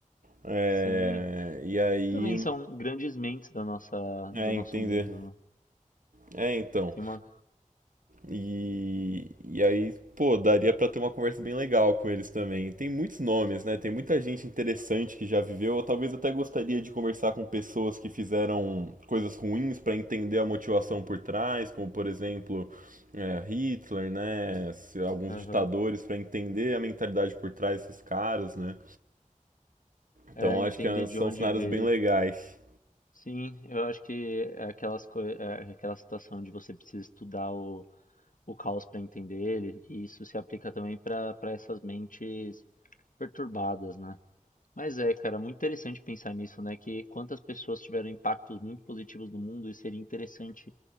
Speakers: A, on the right; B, on the left.
A: é,
B: Sim.
A: e aí,
B: Também são grandes mentes da nossa
A: é,
B: do nosso
A: entender.
B: mundo, né.
A: É, então.
B: Tem uma
A: E, e aí, pô, daria pra ter uma conversa bem legal com eles também. Tem muitos nomes, né? Tem muita gente interessante que já viveu. Eu talvez até gostaria de conversar com pessoas que fizeram coisas ruins pra entender a motivação por trás, como por exemplo, é, Hitler, né? se- Alguns
B: aham.
A: ditadores pra entender a mentalidade por trás desses caras, né?
B: É,
A: Então
B: entender
A: acho que ah, são
B: de onde
A: cenários
B: veio.
A: bem legais.
B: Sim, eu acho que é aquelas coi é aquela situação de você precisa estudar o o caos para entender ele, e isso se aplica também para para essas mentes perturbadas, né. Mas é, cara, muito interessante pensar nisso, né, que quantas pessoas tiveram impactos muito positivos no mundo e seria interessante